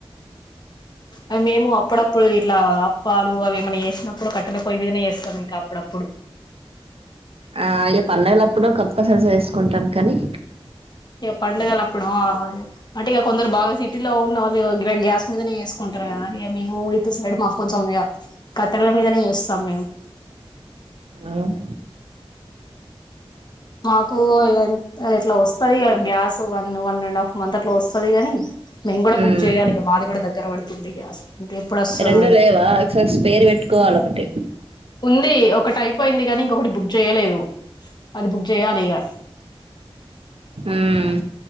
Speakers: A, on the left; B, on the right.
A: అవి మేము అప్పుడప్పుడు ఇట్లా అప్పాలు అవి ఏమన్నా చేసినప్పుడు కట్ కట్టెల పొయ్యి మీదనే చేస్తాం. ఇంకా అప్పుడప్పుడు.
B: ఆ ఇగ పండగలప్పుడు కంపల్సరీ వేసుకుంటాం కానీ.
A: ఇక పండుగల అప్పుడు ఆహ్ అంటే ఇక కొందరు బాగా సిటీలో ఉన్న వాళ్ళు ఇగ గాన్ గ్యాస్ మీదనే చేసుకుంటారు కదా ఇంకా మేము ఇటు సైడ్ మాకు కొంచెం ఇగ కట్టెల మీదనే చేస్తాం మేము.
B: ఆహ్.
A: మాకు ఎన్ ఎట్లా వస్తది gas one one and half month అట్లా వస్తది కాని. మేము కూడా బుక్
B: ఉమ్
A: చేయాలి‌ ఇంకా మాది కూడా దగ్గర పడు ఉంది గ్యాస్. ఇంక ఎప్పుడు వస్తదో
B: రెండు
A: ఇంకా
B: లేవా ఎక్స్ ఎక్స్ పేరు పెట్టుకోవాలే ఒకటి.
A: ఉంది ఒకటి అయిపోయింది గాని ఇంకొకటి బుక్ చేయలేదు అది బుక్ చేయాలి ఇగ.
B: ఉమ్.